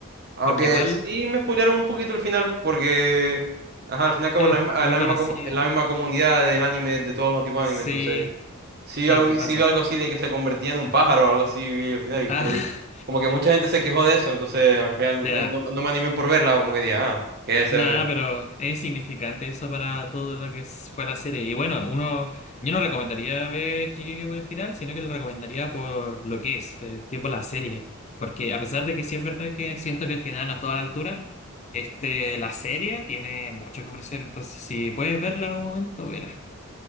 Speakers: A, on the right (about 45°); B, on the left (about 30°).
A: Aunque
B: Porque igual
A: sí me spoilearon un poquito el final, porque ajá, al final y al cabo
B: es
A: es la misma,
B: muy
A: es la
B: conocido.
A: misma, comu- es la misma comunidad del anime, de todos los tipos
B: Sí,
A: de anime, entonces sí,
B: sí,
A: vi algo,
B: sí pasa.
A: sí vi algo así de que se convertía en un pájaro o algo así, vi el final, y
B: Ah,
A: creo que como que mucha gente se quejó de eso, entonces al final
B: <laughs> ya.
A: no, no- no me animé por verla, como que dije, ah, que ese,
B: Nada, pero es significante eso para todo lo que es- fue la serie. Y bueno, uno, yo no recomendaría ver Shingeki por el final, sino que lo recomendaría por lo que es, eh, tipo la serie. Porque a pesar de que sí es verdad que siento que el final a toda altura, este, la serie tiene mucho que ofrecer. Entonces, si puedes verla en algún momento, vela.